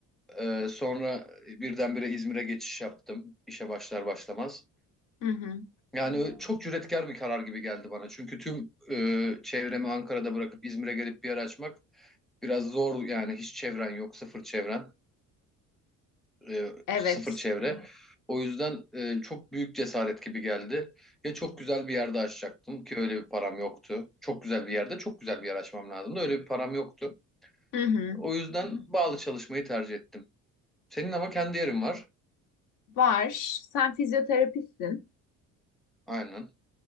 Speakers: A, in the centre; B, on the left.
A: E, sonra birdenbire İzmir'e geçiş yaptım. işe başlar başlamaz.
B: hı hı.
A: Yani çok cüretkar bir karar gibi geldi bana. Çünkü tüm e, çevremi Ankara'da bırakıp İzmir'e gelip bir yer açmak biraz zor yani hiç çevren yok, sıfır çevren. e,
B: Evet.
A: sıfır çevre. O yüzden e, çok büyük cesaret gibi geldi. Ya çok güzel bir yerde açacaktım ki öyle bir param yoktu. Çok güzel bir yerde çok güzel bir yer açmam lazımdı. Öyle bir param yoktu.
B: Hı hı.
A: O yüzden bağlı çalışmayı tercih ettim. Senin ama kendi yerin var.
B: Var. Sen fizyoterapistsin.
A: Aynen.